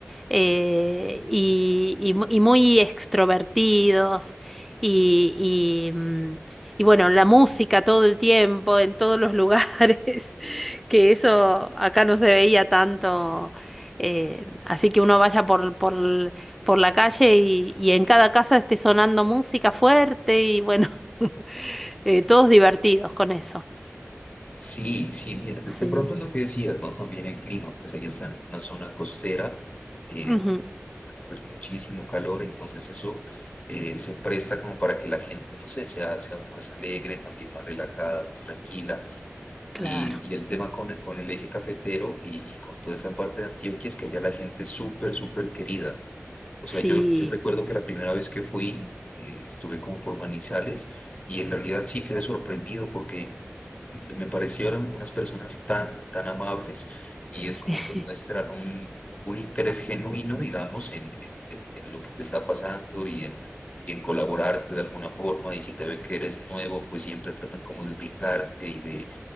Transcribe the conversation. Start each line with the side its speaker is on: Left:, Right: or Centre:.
Centre: eh, y, y mu- y muy extrovertidos y, y, mm, y bueno, la música todo el tiempo, en todos los lugares, <laughs> que eso acá no se veía tanto. eh, así que uno vaya por, por, l- por la calle y, y en cada casa esté sonando música fuerte y bueno, <laughs> eh, todos divertidos con eso.
Left: Sí, sí, mira, de,
Centre: Sí.
Left: de pronto es lo que decías, ¿no? También el clima, pues ahí está en una zona costera, eh,
Centre: Ujú,
Left: pues muchísimo calor, entonces eso eh, se presta como para que la gente, no sé, sea, sea más alegre, también más relajada, más tranquila.
Centre: Claro.
Left: Y, y el tema con, con el eje cafetero y, y con toda esta parte de Antioquia es que ya la gente es súper, súper querida. O sea,
Centre: Sí,
Left: yo, yo recuerdo que la primera vez que fui, eh, estuve como por Manizales y en realidad sí quedé sorprendido porque me parecieron unas personas tan, tan amables y es
Centre: <laughs>
Left: como que
Centre: sí.
Left: muestran un, un interés genuino, digamos, en, en- en lo que te está pasando y en, y en colaborarte de alguna forma y si te ven que eres nuevo, pues siempre tratan como de ubicarte y de,